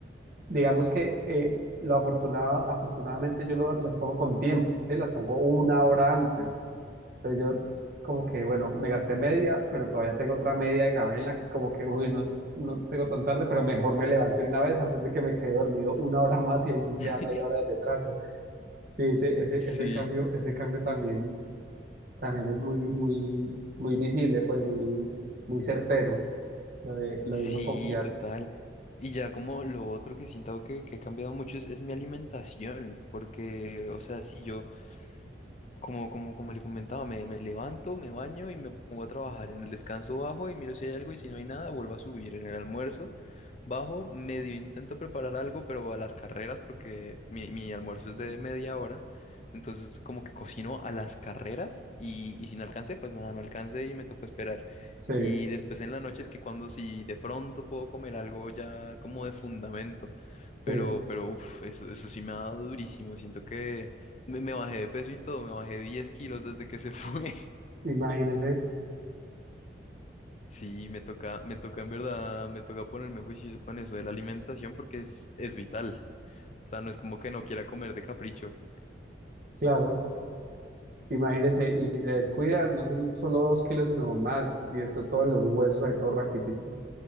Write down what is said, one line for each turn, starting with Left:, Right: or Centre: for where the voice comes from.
Right: digamos que eh, lo afortunado, afortunadamente yo lo- las pongo con tiempo, ¿sí? Las pongo una hora antes. Entonces yo como que, bueno, me gasté media, pero todavía tengo otra media de gabela que como que, uy, no, no tengo tan tarde, pero mejor me levanto de una vez antes de que me quede dormido una hora más y ahí sí sea
Left: <laughs>
Right: media hora de retraso. Sí, ese, ese,
Left: Sí,
Right: ese cambio, ese cambio también, también es muy, muy, muy visible, pues muy, muy certero, lo de, lo
Left: sí,
Right: de no confiarse.
Left: total. Y ya como lo otro que siento que, que ha cambiado mucho es, es mi alimentación, porque, o sea, sí, yo... Como, como, como le comentaba, me, me levanto, me baño y me pongo a trabajar. En el descanso bajo y miro si hay algo y si no hay nada, vuelvo a subir. En el almuerzo bajo, medio intento preparar algo, pero a las carreras porque mi, mi almuerzo es de media hora. Entonces como que cocino a las carreras y, y si no alcancé, pues nada, no alcancé y me tocó esperar.
Right: Sí,
Left: Y después en la noche es que cuando si de pronto puedo comer algo ya como de fundamento,
Right: sí,
Left: pero, pero uff, eso, eso sí me ha dado durísimo. Siento que... Me, me bajé de peso y todo, me bajé 10 kilos desde que se fue. <laughs>
Right: imagínese,
Left: Sí, me toca, me toca en verdad, me toca ponerme juicioso con eso de la alimentación porque es, es vital. O sea, no es como que no quiera comer de capricho.
Right: claro, imagínese, y si se descuida, no son solo dos kilos, sino más, y después todos los huesos ahí todo raquítico.